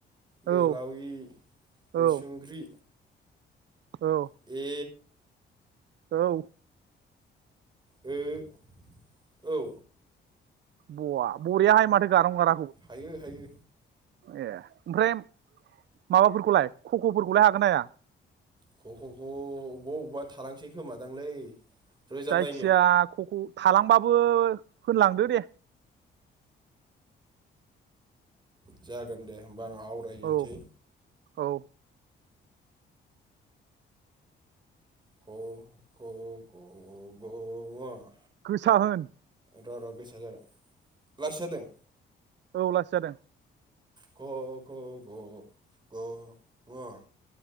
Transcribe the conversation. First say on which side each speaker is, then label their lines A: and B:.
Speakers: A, on the right (about 20°); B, on the right (about 60°).
A: गोलावि
B: औ
A: गुसुंग्रि
B: औ औ
A: ए
B: औ
A: औ औ
B: बवा बरिया हायो माथो गारांअआ
A: हायो हायो
B: ए ओमफ्राय माबाफोरखौलाय खख'फोरखौलाय हागोन ना हाया?
A: ख' ख' खौ अबेबा अबेबा थालांसै खोमादांलै। रोजाबनायनो
B: जायखिजया खख' थालांबाबो होनलांदो दे
A: जागोन दे होमबा। होनबा आं आवरायजेनसै
B: औ औ
A: क ख' ग गं ङ
B: गोसा होन
A: र' र' गोसा जागोन लासै जादों।
B: औ लासै जादों
A: क ख ग घ ङ